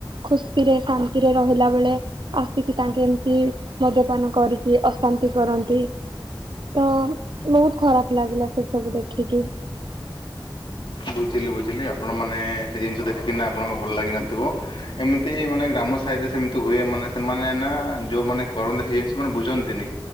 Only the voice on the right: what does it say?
ଖୁସି ରେ ଶାନ୍ତିରେ ରହିଲା ବେଳେ ଆସିକି ତାଙ୍କେ ଏମିତି ମଦ୍ୟପାନ କରିକି ଅଶାନ୍ତି କରନ୍ତି। ତ ବହୁତ ଖରାପ ଲାଗିଲା ସେ ସବୁ ଦେଖିକି।